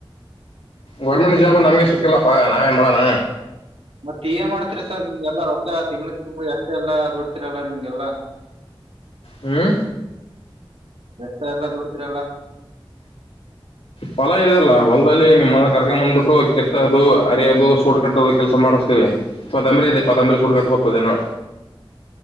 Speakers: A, on the left; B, on the right.
A: ಗೋರ್ಮೆಂಟ್ ಜಾಬ್ ನಮಗೆ ಸಿ ಇಲ್ಲಪ್ಪ ನಾವೇ ಮಾಡಡಣ
B: ಮತ್ತ ಈ ಮಾಡ್ತಿರಿ ಸರ್ ನಿಮ್ಗೆಲ್ಲಾ ರೊ ದ ಎಷ್ಟೆ ಎಲ್ಲಾ ದುಡ್ತಿರಿ ಎಲ್ಲಾ ನಿಮ್ಗೆಲ್ಲಾ
A: ಹ್ಮ
B: ಎಷ್ಟ ಎಲ್ಲ ದುಡ್ತಿರಿಲ್ಲ
A: ಫಲ ಇದೆ ಅಲ್ಲ ಹೊಲ್ದಲ್ಲಿ ನಿಮ್ಮಸ ಕರ್ ಬಂದ್ಬಿಟ್ಟು ಕೆತ್ತೋದು ಅರಿಯೋದು ಸುಡ್ ಕಟ್ಟೋದು ಕೆಲಸ ಮಾಡಿಸ್ತೀವಿ ಪತಾಂಬರಿ ಇದೆ ಪತ್ತಂಬ್ರರಿ ಸುಡ್ ಕಟ್ಟಬೇಕು ಕುದನ